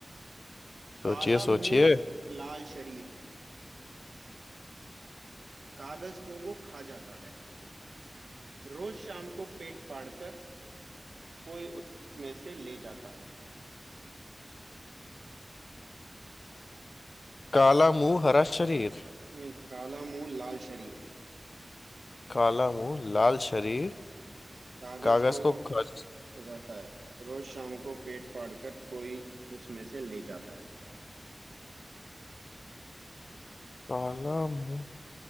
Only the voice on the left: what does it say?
सोचिए सोचिए
काला मुंह हरा शरीर
काला मुंह लाल शरीर
कागज
को
खर्च
काला मुंह